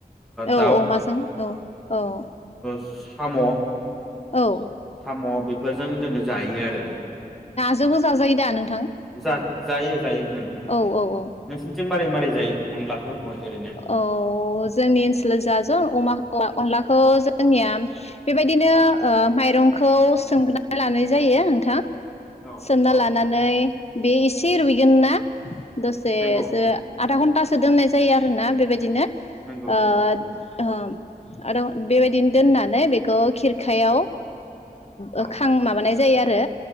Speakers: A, on the left (about 45°); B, in the centre.
A: औ
B: दाउ।
A: अमाजों औ औ
B: साम'
A: औ
B: म' बेफोरजों जोंङो जायो आरो
A: जोंबो जाजायो दा नोंथां
B: जा जायो जायो नोंथां नोंथां
A: औ औ औ
B: नोंसिनिथिं मारै मारै जायो अनलाखौ ओरैनो?
A: औ जोंनि ओनसोलाव जाजा अमा अनलाखौ जों जोंनिया बेबायदिनो ओ माइरंखौ सोमना लानाय जायो नोंथां
B: औ
A: सोमना
B: औ
A: लानानै बे एसे रुइगोन ना दसे
B: नंगौ
A: आदा घन्टा सो दोननाय जायो आरो ना बेबायदिनो
B: नंगौ
A: ओ
B: नंगौ नोंथां नंगौ
A: ओ आरो बेबायदिनो दोननानै बेखौ खिरखायाव
B: औ
A: ओ खां माबानाय जायो आरो